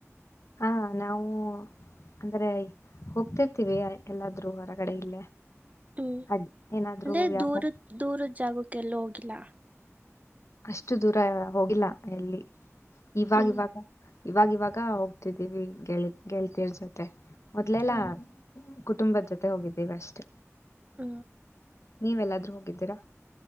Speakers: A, on the left (about 70°); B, on the right (about 30°).
A: ಹಾ ನಾವು ಅಂದ್ರೆ ಹೋಗ್ತಿರ್ತೀವಿ ಎಲ್ಲಾದ್ರೂ ಹೊರಗಡೆ ಇಲ್ಲೇ
B: ಹ್ಮ್
A: ಅದ್ ಏನಾದ್ರು
B: ಅಂದೆ
A: ಯಾವ
B: ದೂರದ ದೂರದ ಜಾಗಕ್ಕೆ ಎಲ್ಲ ಹೋಗಿಲ್ಲ
A: ಅಷ್ಟು ದೂರ ಹೋಗಿಲ್ಲ ಎಲ್ಲಿ ಇವಾಗವಾಗ
B: ಹ್ಮ್
A: ಇವಾಗ ಇವಾಗ ಹೋಗ್ತಿದ್ದೀವಿ ಗೆಳ ಗೆಳ್ತಿರ್ ಜೊತೆ ಮೊದ್ಲೆಲ್ಲ
B: ಹಾಂ
A: ಕುಟುಂಬದ ಜೊತೆ ಹೋಗಿದ್ದೀವಿ ಅಷ್ಟೇ
B: ಹ
A: ನೀವೆ ಎಲ್ಲಾದ್ರೂ ಹೋಗಿದ್ದೀರಾ